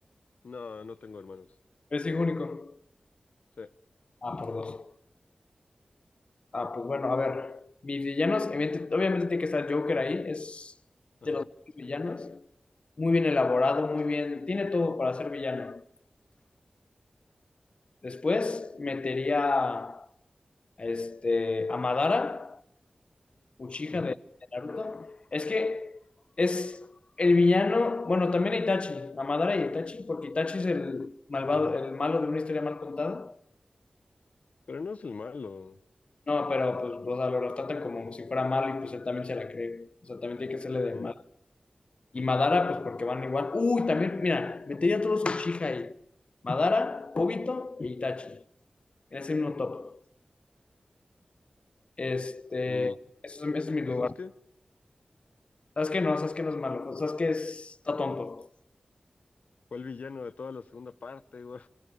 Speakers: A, on the left; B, on the left.
A: No, no tengo hermanos.
B: es hijo único.
A: Sí,
B: Ah, por dos. Ah, pues bueno, a ver. Mis villanos, evidente- obviamente tiene que estar Joker ahí, es
A: ajá.
B: de los villanos. Muy bien elaborado, muy bien. Tiene todo para ser villano. Después metería a este, a Madara Uchiha
A: ujú.
B: de, de Naruto. Es que es el villano, bueno, también Itachi, Amadara y Itachi, porque Itachi es el malvado, el malo de una historia mal contada.
A: Pero no es el malo.
B: No, pero pues, o sea, lo tratan como si fuera malo y pues él también se la cree. O sea, también tiene que hacerle de
A: Mm,
B: mal. Y Madara, pues porque van igual. Uy, también, mira, metería a todos Uchiha ahí. Madara, Obito y Itachi. En ese mismo top. Este,
A: mm.
B: ese es, ese es mi lugar.
A: ¿Sabes qué?
B: ¿Sabes qué no? ¿Sabes qué no es malo? ¿Sabes qué es? está tonto?
A: Fue el villano de toda la segunda parte, güey.